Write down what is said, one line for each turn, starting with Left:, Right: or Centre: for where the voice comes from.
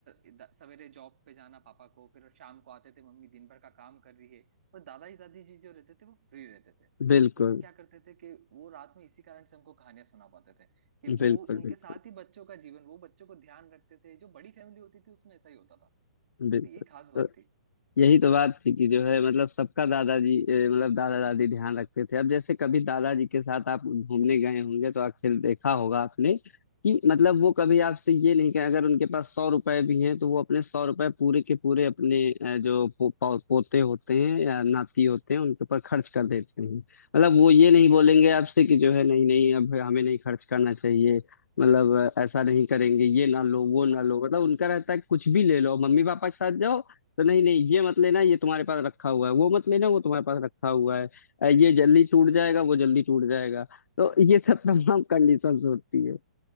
Right: उधर सवेरे जॉब पे जाना पापा को फिर शाम को आते थे मम्मी दिन भर का काम कर रही है और दादा जी दादी जी जो रहते थे वो फ्री रहते थे
Left: बिल्कुल
Right: तो वो क्या करते थे कि वो रात में इसी कारण से हमको कहानियां सुना पाते थे कि वो
Left: बिल्कुल
Right: उनके
Left: बिल्कुल
Right: साथ ही बच्चों का जीवन वो बच्चों को ध्यान रखते थे जो बड़ी फैमिली होती थी उसमें ऐसा ही होता था
Left: बिल्कुल
Right: तो ये खास बात थी
Left: यही तो बात थी कि जो है मतलब सबका दादाजी ए, मतलब दादा दादी ध्यान रखते थे अब जैसे कभी दादाजी के साथ आप घूमने गए होंगे तो आखिर देखा होगा आपने कि मतलब वो कभी आपसे ये नहीं कहे अगर उनके पास सौ रुपए भी हैं तो वो अपने सौ रुपए पूरे के पूरे अपने अ, जो पो, पो, पोते होते हैं या नाती होते हैं उनके ऊपर खर्च कर देते हैं मतलब वो ये नहीं बोलेंगे आपसे कि जो है नहीं नहीं अब हमें नहीं खर्च करना चाहिए मतलब अ, ऐसा नहीं करेंगे ये ना लो वो ना
Right: बाय
Left: लो मतलब उनका रहता है कुछ भी ले लो मम्मी पापा के साथ जाओ तो नहीं नहीं ये मत लेना ये तुम्हारे पास रखा हुआ है वो मत लेना वो तुम्हारे पास रखा हुआ है अ, ये जल्दी टूट जाएगा वो जल्दी टूट जाएगा तो ये सब तमाम कंडीशंस होती है